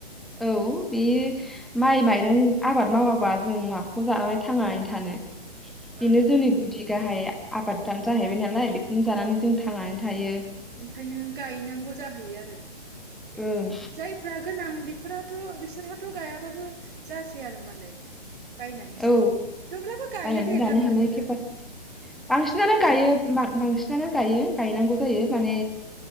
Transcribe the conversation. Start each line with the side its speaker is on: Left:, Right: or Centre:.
Centre: औ बे माइ-माइरं आबाद मावाबा जों माखौ जानानै थांनानै थानो।
Right: औ
Centre: बेनो जोंनि गुदि गाहाय आबादानो जाहैबाय नालाय बेखौनो जानानै जों थांनानै थायो।
Right: ओंखायनो गायनांगौ जाहैयो आरो
Centre: ओं
Right: जायफ्रा गोनां बेफोराथ' बिसोरहाथ' गायाबाबो जासै आरो मालाय। बायनानै जायो,
Centre: औ
Right: थेवब्लाबो गायो
Centre: बायनानै
Right: दे
Centre: जानो
Right: गामिनिफ्रा।
Centre: हानाय केपासिटि बांसिनानो गायो बांसिनानो गायो गायनांगौ जायो माने